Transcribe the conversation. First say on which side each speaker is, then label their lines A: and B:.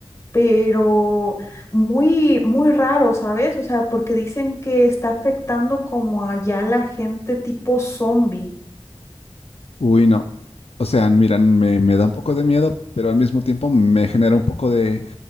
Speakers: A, on the left; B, on the left.
A: pero muy, muy raro, ¿sabes? O sea, porque dicen que está afectando como allá la gente tipo zombie.
B: Uy, no. O sea, miran, me, me da un poco de miedo, pero al mismo tiempo me genera un poco de,